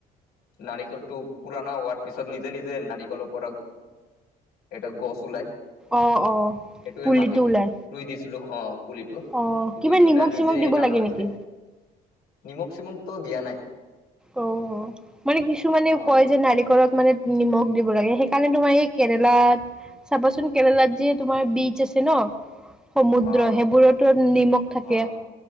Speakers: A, on the left (about 75°); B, in the centre.
A: নাৰিকলটো পুৰণা হোৱাৰ পিছত নিজে নিজে নাৰিকলৰ পৰা এটা গছ ওলায়
B: অ', অ।
A: সেইইটোৱে
B: পুলিটো
A: মাটিত
B: ওলাই
A: ৰুই দিছিলো অ, পুলিটো,
B: অ'। কিবা
A: ৰুই কিনা
B: নিমখ চিমখ
A: নিজে
B: দিব
A: ডাঙৰ
B: লাগে
A: হৈছে।
B: নেকি?
A: নিমখ চিমখ তো দিয়া নাই।
B: উম মানে কিছুমানে
A: অ
B: কয় যে নাৰিকলত মানে নিমখ দিব লাগে, সেইকাৰণে তোমাৰ এই কেৰেলাত চাবচোন, কেৰেলাত যে তোমাৰ বিচ আছে ন সমুদ্ৰ,
A: অ
B: সেইবোৰতো নিমখ থাকে,
A: অ